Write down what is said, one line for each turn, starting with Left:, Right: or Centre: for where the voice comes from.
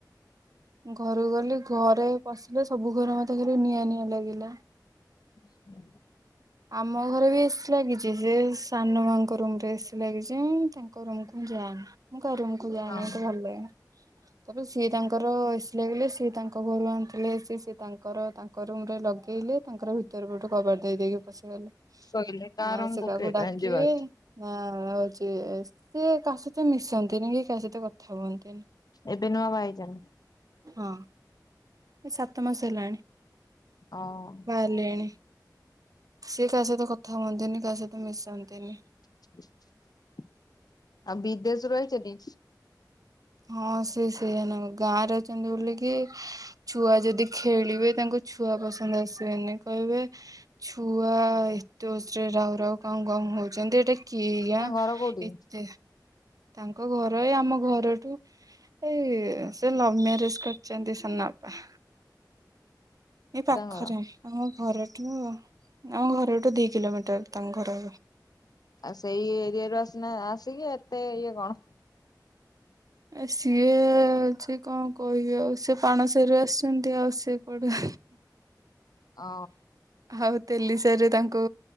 Right: ଘରୁକୁ ଗଲେ ଘରେ ପସିଲେ ସବୁ ଘର ମତେ ଖାଲି ନିଆଁ ନିଆଁ ଲାଗିଲା।
Left: ହୁଁ।
Right: ଆମ ଘରେ ବି ଏସି ଲାଗିଚି ସେ ସାନ ମାଙ୍କ ରୁମ୍ ରେ ଏସି ଲାଗିଚି ତାଙ୍କ ରୁମକୁ ମୁଁ ଯାଆନି। ମୁଁ ତା ରୁମ୍ କୁ ଯାଏନି
Left: ହଁ
Right: ମତେ ଭଲ ଲାଗେନି। ତାପରେ ସିଏ ତାଙ୍କର ଏସି ଲଗେଇଲେ ସିଏ ତାଙ୍କ ଘରୁ ଆଣିଥିଲେ ଏସି ସିଏ ତାଙ୍କର ତା ତାଙ୍କ ରୁମ୍ ରେ ଲଗେଇଲେ ତାଙ୍କର ଭିତରେ ପୋଟୁ କବାଟ ଦେଇ ଦେଇକି ପଶିଗଲେ।
Left: କହିଲେ ତାରଙ୍କୁ
Right: ନା ସେ କାହାକୁ
Left: କେଜାଣି
Right: ଡାକିବେ
Left: ଯିବାଆସିବା।
Right: ନା ରଉଚି ସେ କାହା ସହିତ ମିଶନ୍ତିନି କି କାହା ସହିତ କଥା ହୁଅନ୍ତିନି।
Left: ଏବେ ନୂଆ ବାହ ହେଇଚନ୍ତି?
Right: ହଁ। ଏ ସାତମାସ ହେଲାଣି।
Left: ଅ ଓ।
Right: ଲେଣି ସିଏ କାହା ସହିତ କଥା ହୁଅନ୍ତିନି କାହା ସହିତ ମିଶନ୍ତିନି।
Left: ହ <unintelligible> ଆଉ ବିଦେଶରୁ ଆଇଚତି।
Right: ହଁ ସେ ସେଇଆନୁ ଗାଁ ରହିଚନ୍ତି ବୋଲିକି ଛୁଆ ଯଦି ଖେଳିବେ ତାଙ୍କୁ ଛୁଆ ପସନ୍ଦ ଆସିବେନି କହିବେ ଛୁଆ ଏତେ ଓସରେ ରାଉ ରାଉ କାଉଁ କାଉଁ ହୋଉଚନ୍ତି ଏଟା କି ଗାଁ
Left: ତାଙ୍କ ଘର କୋଉଠି
Right: ଏତେ ତାଙ୍କ ଘର ଏ ଆମ ଘର ଠୁ ଏ ସେ ଲଭ ମ୍ୟାରେଜ କରିଚନ୍ତି ସନା ଅପା। ଏ
Left: ତାଙ୍କ
Right: ପାଖରେ
Left: ଘର?
Right: ଆମ ଘରଠୁ ଆମ ଘରଠୁ ଦି କିଲୋମିଟର ତାଙ୍କ ଘର।
Left: ଆଉ ସେଇ ଏରିଆରୁୁ ଆସିନା ଆସିକି ଏତେ ଇଏ କଣ?
Right: ଏ ସିଏ ଅଛି କଣ କହିବି ଆଉ ସେ ପାଣ ସାଇରୁ ଆସିଛନ୍ତି ଆଉ ସେ କୁଆଡୁ
Left: ଅ
Right: ଆଉ ତେଲି ସାଇରେ ତାଙ୍କୁ